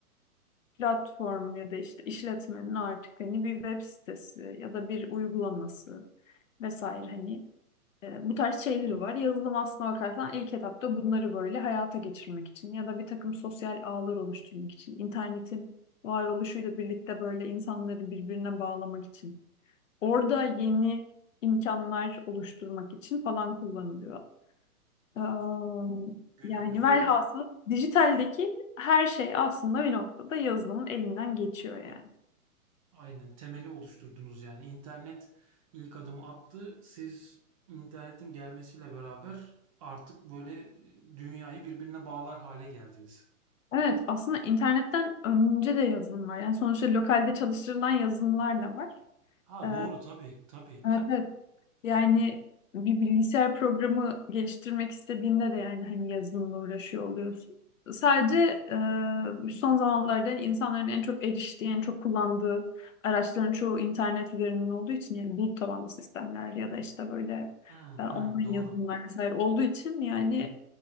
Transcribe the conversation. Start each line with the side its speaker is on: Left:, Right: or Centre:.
Left: platform ya da işte işletmenin artık hani bir web sitesi ya da bir uygulaması vesaire hani e, bu tarz şeyleri var. Yazılım aslına bakarsan ilk etapta bunları böyle hayata geçirmek için ya da bir takım sosyal ağlar oluşturmak için, internetin varoluşuyla birlikte böyle insanları birbirine bağlamak için, orada yeni imkanlar oluşturmak için falan kullanılıyor. Am,
Right: Günümüzde
Left: Yani velhasıl dijitaldeki her şey aslında bir noktada yazılımın elinden geçiyor yani.
Right: Aynen temeli oluşturdunuz yani. İnternet ilk adımı attı. Siz internetin gelmesiyle beraber artık böyle e, dünyayı birbirine bağlar hale geldiniz.
Left: Evet, aslında internetten önce de yazılım var. Yani sonuçta lokalde çalıştırılan yazılımlar da var.
Right: Ha
Left: Ee,
Right: doğru tabii tabii.
Left: evet, evet. Yani bir bilgisayar programı geliştirmek istediğinde de yani hani yazılımla uğraşıyor oluyorsun. Sadece e, son zamanlarda yani insanların en çok eriştiği, en çok kullandığı araçların çoğu internet üzerinden olduğu için yani bulut tabanlı sistemler ya da işte böyle
Right: Hı
Left: e, online
Right: hı, doğru.
Left: yazılımlar vesaire olduğu için yani